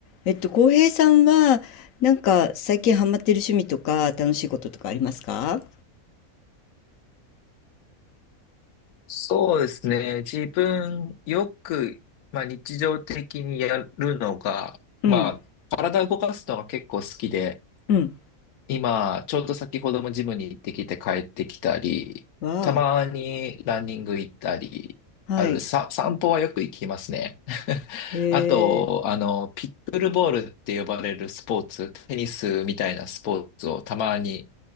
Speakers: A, on the left; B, on the left.
A: えっと、浩平さんは、なんか、最近ハマってる趣味とか、楽しいこととかありますか
B: そうですね。自分よく、まあ、日常的にやるのが、
A: うん、
B: まあ、体を動かすのが結構好きで、
A: うん。
B: 今、ちょうど先ほどもジムに行ってきて帰ってきたり、
A: わ
B: たまにランニング行ったり、
A: あ、はい。
B: ある、さ、散歩はよく行きますね。<laughs>
A: へえ、
B: あと、あの、ピックルボールって呼ばれるスポーツ、テニスみたいなスポーツをたまに